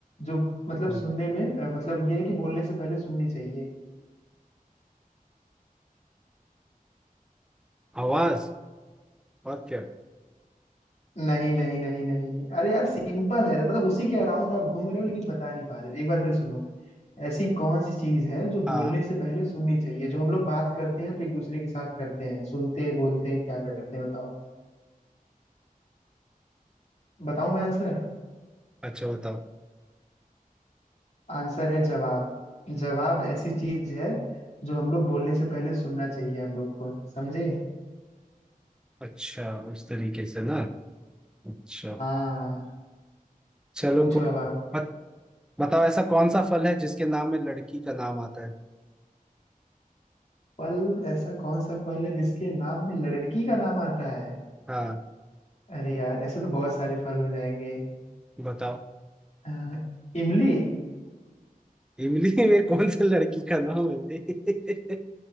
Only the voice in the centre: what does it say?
हम्म।
आवाज और क्या
हाँ
अच्छा बताओ
अच्छा उस तरीके से ना अच्छा
चलो
कोई
बत, बताओ ऐसा कौन सा फल है जिसके नाम में लड़की का नाम आता है
हाँ
बताओ
इमली में कौन सा लड़की का नाम है भाई <laughs>